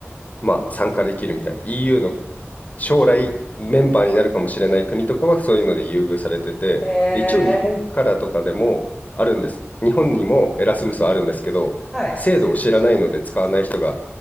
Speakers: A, on the left; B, in the centre.
A: まあ、参加できるみたいな、EU の将来メンバーになるかもしれない国とかはそういうので優遇されてて、
B: へえ。
A: で、一応日本からとかでもあるんです。日本にもエラスムスはあるんですけど、
B: はい。
A: 制度を知らないので使わない人が、